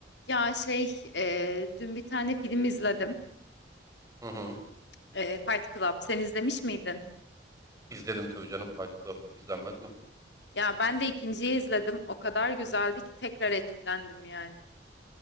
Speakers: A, on the left; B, on the right.
A: Ya şey, e, dün bir tane film izledim.
B: Hı hı.
A: E, Fight Club. Sen izlemiş miydin?
B: İzledim tabii canım Fight Club. izlenmez mi?
A: Ya ben de ikinciyi izledim. O kadar güzeldi ki tekrar etkilendim yani.